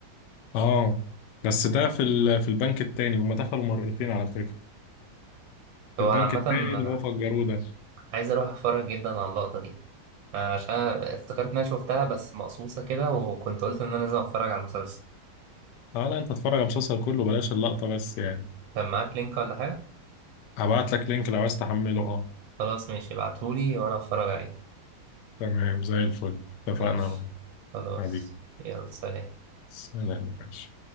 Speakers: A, on the left; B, on the right.
A: آه بس ده في ال... في البنك التاني هم دخلوا مرتين على فكرة في
B: هو
A: البنك
B: انا عامة
A: التاني اللي هو فجروه ده
B: عايز اروح اتفرج جدا على اللقطة دي آه، عشان أنا افتكرت ان انا شفتها بس مقصوصة كده وكنت قلت ان انا لازم اتفرج على المسلسل
A: اه لا انت اتفرج على المسلسل كله بلاش اللقطة بس يعني
B: كان معاك لينك ولا حاجة؟
A: هبعت لك لينك لو عايز تحمله اه
B: خلاص ماشي ابعتهولي وانا اتفرج عليه
A: تمام زي الفل اتفقنا
B: ماشي
A: معاك
B: خلاص
A: حبيبي
B: يلا سلام
A: سلام يا باشا